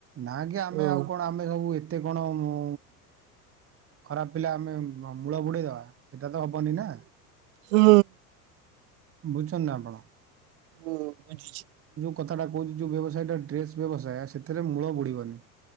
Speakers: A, on the right (about 30°); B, on the right (about 55°).
A: ନା କି ଆମେ
B: ହୁଁ
A: ଆଉ କଣ ଆମେ ସବୁ ଏତେ କଣ ଉଁ ଖରାପ ପିଲା ଆମେ ମୂଳ ବୁଡେଇଦବା ସେଟା ତ ହବନି ନା।
B: ହୁଁ।
A: ବୁଝୁନ୍ତି ନା ଆପଣ
B: ହୁଁ ବୁଝୁଛି
A: କଥାଟା କହୁଛି ଯୋଉ ବ୍ୟବସାୟ ଟା ଡ୍ରେସ ବ୍ୟବସାୟ ସେଥିରେ ମୂଳ ବୁଡିବନି।